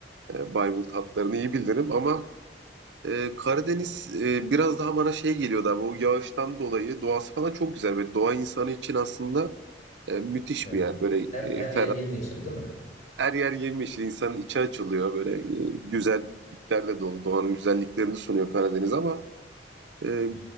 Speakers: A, on the right (about 75°); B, on the left (about 45°).
A: e, Bayburt hatlarını iyi bilirim ama e, Karadeniz e, biraz daha bana şey geliyordu abi o yağıştan dolayı doğası falan çok güzel ve doğa insanı için aslında E, müthiş
B: Evet.
A: bir yer. Böyle
B: Her,
A: e,
B: her
A: ferah.
B: yer yemyeşil değil mi?
A: Her yer yemyeşil. İnsanın içi açılıyor. Böyle e, güzelliklerle dolu. Doğanın güzelliklerini sunuyor Karadeniz ama e,
B: Hı.